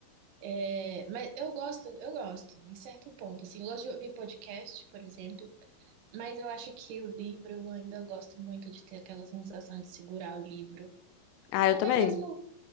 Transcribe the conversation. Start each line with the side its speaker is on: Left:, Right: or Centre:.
Right: É, mas eu gosto, eu gosto, em certo ponto. Assim, eu gosto de ouvir podcast, por exemplo, mas eu acho que o livro eu ainda gosto muito de ter aquela sensação de segurar o livro.
Left: Ah,
Right: Até
Left: eu também.
Right: mesmo